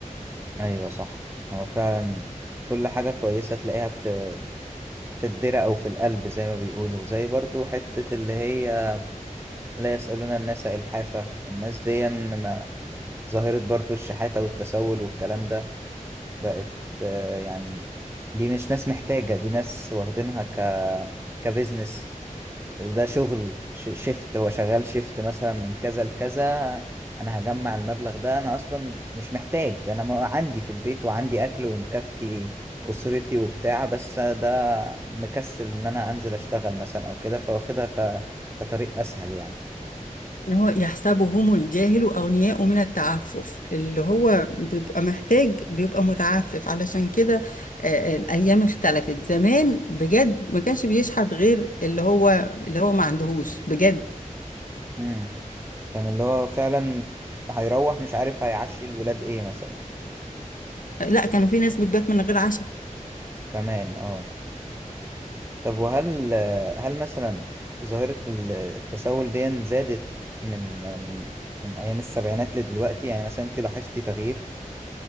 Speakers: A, on the right; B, on the left.
A: ايوه صح هو فعلا كل حاجة كويسة تلاقيها بت... في الدرة او في القلب زي ما بيقولوا زي برضو حتة اللي هي لا يسألون الناس إلحافة الناس دي ما ظاهرة برضو الشحاتة والتسول والكلام ده بقت آه، يعني دي مش ناس محتاجة دي ناس واخدينها ك كبزنس ده شغل ش- شيفت هو شغال شيفت مثلا من كذا لكذا انا هجمع المبلغ ده انا اصلا مش محتاج انا ما عندي في البيت وعندي اكل ومكفي اسرتي وبتاع بس ده مكسل ان انا انزل اشتغل مثلا او كده فواخدها ك... كطريق اسهل يعني
B: إن هو يحسبهم الجاهل أغنياء من التعفف اللي هو بيبقى محتاج بيبقى متعفف علشان كده آه، الأيام اختلفت زمان بجد ما كانش بيشحت غير اللي هو اللي هو ما عندهوش بجد
A: امم كان اللي هو فعلا هيروح مش عارف هيعشي الولاد ايه مثلا
B: لا كانوا في ناس بتبات من غير عشاء
A: كمان اه طب وهل هل مثلا ظاهرة ال- التسول دي زادت من من من أيام السبعينات لدلوقتي يعني مثلا أنت لاحظتي تغيير